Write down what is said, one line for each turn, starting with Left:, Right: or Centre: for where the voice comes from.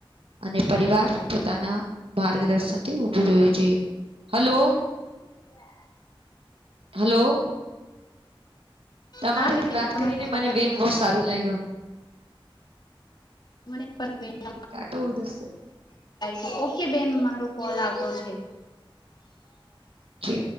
Right: અને પરિવાર પોતાના માર્ગદર્શનથી ઉભું રહેવું જોઈએ હલો
Left: અચ
Right: હાલો. તમારાથી
Left: હા બેન
Right: વાત
Left: તમારી
Right: કરીને મને
Left: વાત
Right: બેન
Left: કરીને
Right: બહુ
Left: મને
Right: સારું લાગ્યું.
Left: મને પણ બેન <inaudible>
Right: કાટો ઉધરસે
Left: ય ઓકે બેન મારો કોલ આવતો છે.
Right: છે.